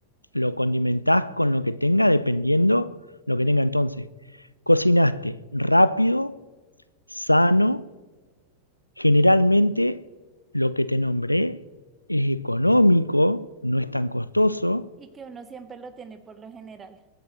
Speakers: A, on the left; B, on the right.
A: lo condimentás con lo que tenga, dependiendo lo que tenga entonces. Cocinaste rápido, sano, generalmente lo que te nombré es económico, no es tan costoso.
B: Y que uno siempre lo tiene por lo general.